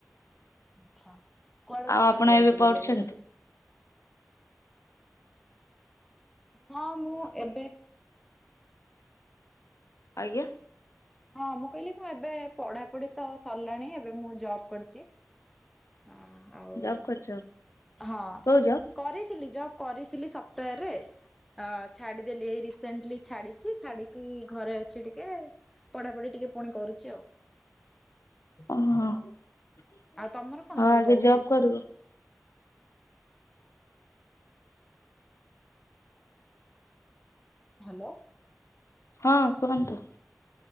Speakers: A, in the centre; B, on the left (about 85°).
A: ଆଛା କୁଆଡେ
B: ଆଉ
A: କୁଆଡେ
B: ଆପଣ
A: ସବୁ ଯାଇଚ
B: ଏବେ ପଢୁଛନ୍ତି?
A: ବୁଲିଆପାଇଁ? ହଁ ମୁଁ ଏବେ?
B: ଆଜ୍ଞା।
A: ହଁ ମୁଁ କହିଲି ମୁଁ ଏବେ ପଢାପଢି ତ ସରିଲାଣି ଏବେ ମୁଁ ଜବ୍ କରିଚି। ହଁ ଆଉ
B: ଜବ୍ କରୁଛ
A: ହଁ।
B: କୋଉ ଜବ୍?
A: କରିଥିଲି ଜବ୍ କରିଥିଲି ସୁଫଟୱେର ରେ। ଅ ଛାଡିଦେଲି ଏଇ ରିସେଣ୍ଟଲି ଛାଡିଛି ଛାଡିକି ଘରେ ଅଛି ଟିକେ ପଢାପଢି ଟିକେ ପୁଣି କରୁଚି ଆଉ।
B: ଓହୋ ଆଉ
A: ତମର କଣ ସବୁ
B: ଆଗେ
A: ଚାଲିଛି
B: ଜବ୍ କରିବ?
A: ହ୍ୟାଲୋ
B: ହଁ କୁହନ୍ତୁ।